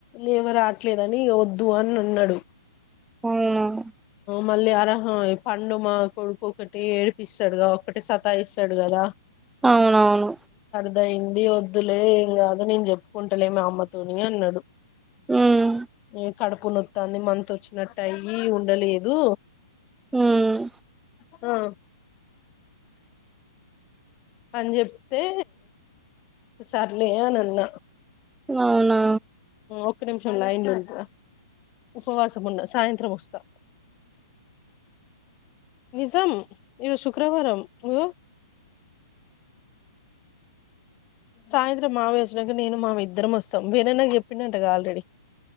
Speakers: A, on the left; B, in the centre.
A: లేవరాద్ ట్లేదని వద్దు అని ఉన్నడు
B: అవును
A: మళ్ళీ అరహ పండుమ కొడుకు ఒకటి ఏడిపిస్తాడుగా ఒకటి సతాఇస్తడు కదా
B: అవునవును
A: ఇప్పుడ అయింది వద్దులే ఏం కాదు నేను చెప్పుకుంటలే మా అమ్మతోని అన్నడు
B: ఉమ్
A: ఏక్ కడుపు నొత్తంది మంత్ వచ్చినట్టు అయి ఉండలేదు
B: ఉమ్
A: ఆ అని చెప్తే సర్లే అని అన్న
B: అవునా
A: ఒక్క నిమిషం లైన్ లా ఉండరా ఉపవాసం ఉన్న సాయంత్రం వస్తా నిజం ఇరోజ్ శుక్రవారం నువ్ సాయంత్రం మావయ్య వచ్చినంక, నేను మావయ్య ఇద్దరం వస్తాం వేణు అన్న కి చేప్పిండంటగ. ఆల్రెడీ